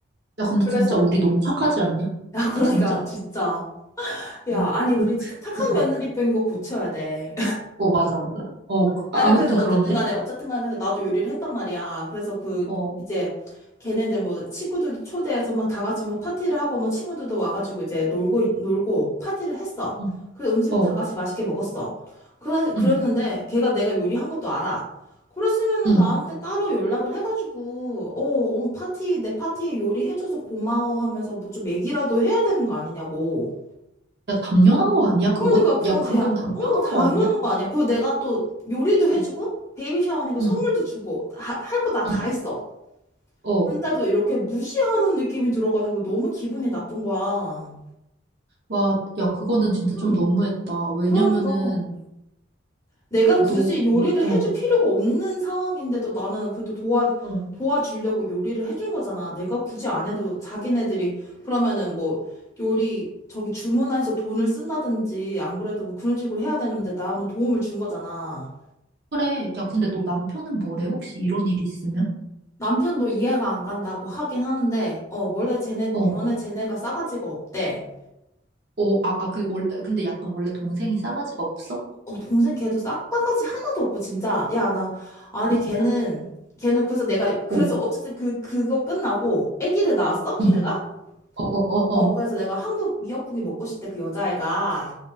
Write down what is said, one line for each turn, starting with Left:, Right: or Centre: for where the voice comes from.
Right: 야, 근데
Left: 그래서
Right: 진짜 우리 너무 착하지 않냐?
Left: 야 그러니까
Right: 아, 진짜.
Left: 진짜 야
Right: 어,
Left: 아니
Right: <laughs>
Left: 우리 진짜 착한 며느리병인 거 고쳐야 돼.
Right: 어, 맞아, 맞아. 어, 그-
Left: 아,
Right: 아, 아무튼
Left: 그래서
Right: 그런데?
Left: 어쨌든 간에, 어쨌든 간에, 그래서 나도 요리를 했단 말이야. 그래서 그,
Right: 어,
Left: 이제, 걔네들 뭐, 친구들도 초대해서 막 다 같이 뭐 파티를 하고, 뭐 친구들도 와가지고 이제 놀고, 있- 놀고, 파티를 했어.
Right: 응,
Left: 그래서 음식을
Right: 어,
Left: 다 같이 맛있게 먹었어. 그래, 그랬는데,
Right: 응,
Left: 걔가 내가 요리한 것도 알아. 그랬으면은
Right: 응.
Left: 나한테 따로 연락을 해가지고, 어, 어, 파티, 내 파티에 요리해줘서 고마워 하면서 뭐 좀 얘기라도 해야 되는 거 아니냐고.
Right: 야, 당연한 거 아니야,
Left: 그러니까
Right: 그건?
Left: 그건
Right: 야, 그건
Left: 대, 어,
Right: 당연한
Left: 당연한
Right: 거 음. 아니야?
Left: 거 아니야. 그리고 내가 또 요리도 해주고,
Right: 응,
Left: 베이비 샤워니까 선물도
Right: 응.
Left: 주고, 할 거 나 다
Right: 응.
Left: 했어.
Right: 어,
Left: 근데도 이렇게 무시하는 느낌이 들어가지고 너무 기분이 나쁜 거야.
Right: 와, 야, 그거는 진짜
Left: 음,
Right: 좀 너무했다. 왜냐면은,
Left: 그러니까. 내가
Right: 너,
Left: 굳이 요리를
Right: 너, 어,
Left: 해줄 필요가 없는 상황인데도 나는 그래도 도와,
Right: 어.
Left: 도와주려고 요리를 해준 거잖아. 내가 굳이 안 해도 자기네들이 그러면은 뭐 요리 저기 주문해서 돈을 쓴다든지 안 그래도 뭐 그런 식으로 해야 되는데 나는 도움을 준 거잖아.
Right: 그래. 야, 근데 너 남편은 뭐래? 혹시 이런 일이 있으면?
Left: 남편도 이해가 안 간다고 하긴 하는데, 어, 원래 쟤네,
Right: 어,
Left: 원래 쟤네가 싸가지가 없대.
Right: 어, 아, 아, 그, 원래, 근데 약간 원래 동생이 싸가지가 없어?
Left: 어, 동생 걔도 싹바가지 하나도 없고, 진짜. 야, 나, 아니,
Right: 아, 진짜?
Left: 걔는, 걔는 그래서 내가, 그래서
Right: 어,
Left: 어쨌든 그, 그거 끝나고, 아기를 낳았어? 걔네가?
Right: 응. 어, 어, 어,
Left: 어,
Right: 어.
Left: 그래서 내가 한국 미역국이 먹고 싶대, 그 여자애가.